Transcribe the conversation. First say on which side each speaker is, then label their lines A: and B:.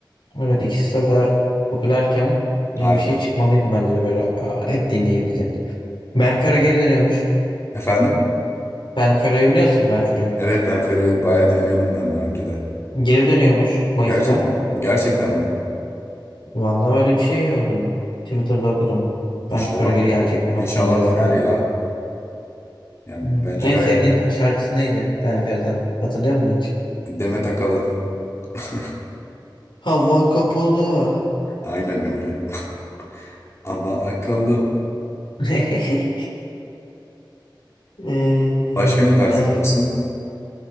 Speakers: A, on the left; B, on the left.
A: Evet ikisi de o kadar popülerken iyi
B: Aynen.
A: bir şey çıkmalıydı bence de böyle aa, hep dinleyebileceğin. Benfero
B: Abi.
A: geri dönüyormuş.
B: Efendim?
A: Benfero'yu biliyorsun Benfero'yu.
B: Evet ben Fero'yu bayağı dinliyordum ben daha önce de.
A: Geri dönüyormuş Mayıs'ta.
B: Gerçek, gerçekten mi?
A: Vallahi öyle bir şey gördüm. Twitter'da okudum. Benfero
B: İnşallah.
A: geri gelecek falan
B: İnşallah
A: filan diyorlardı.
B: döner ya. Yani
A: Hı.
B: bence
A: En
B: gayet
A: sevdiğin şarkısı neydi Benfero'dan? Hatırlıyor musun hiç?
B: Demet Akalın. <laughs>
A: Hava kapalı.
B: Aynen öyle. <laughs> Ama akıllı.
A: <laughs> Ee,
B: Başka ne tarz
A: baş-
B: dinliyorsun?